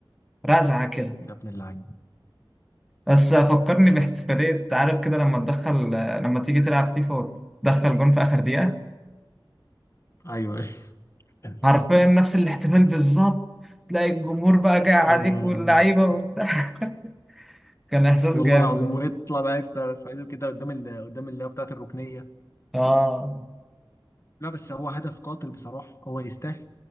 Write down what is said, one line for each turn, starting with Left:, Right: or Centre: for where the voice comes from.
Centre: رزعة كده
Left: يا ابن اللعيبه
Centre: بس فكرني باحتفالية عارف كده لما تدخل لما تيجي تلعب فيفا وتدخل جون في آخر دقيقة
Left: ايوه <laughs> يا
Centre: حرفيا نفس الاحتفال بالظبط تلاقي الجمهور بقى جاي عليك
Left: نهار
Centre: واللعيبة
Left: ابيض
Centre: وبتاع <laughs> كان إحساس
Left: والله
Centre: جامد
Left: العظيم ويطلع بقى يفطر في ايده كده قدام ال... قدام اللي هو بتاعت الركنيه
Centre: اه
Left: لا بس هو هدف قاتل بصراحه هو يستاهل